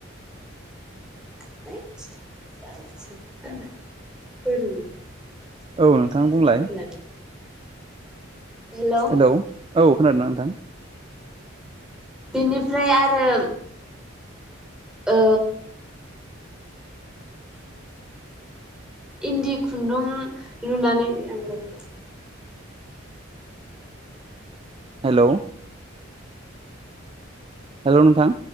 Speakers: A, in the centre; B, on the right (about 25°).
A: <unintelligible>
B: औ नोंथां
A: है
B: बुंलाय
A: हेलौ
B: औ औ खोनादोंना नोंथां
A: बिनिफ्राय आरो ओ इन्दि खुन्दुं लुनानै ऐ आं रोंला
B: हेलौ हेलौ नोंथां